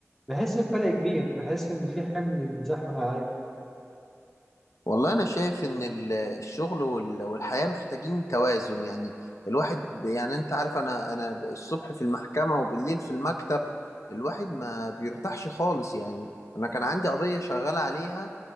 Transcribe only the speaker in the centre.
بحس بفرق كبير بحس إن في حمل انزاح من عليا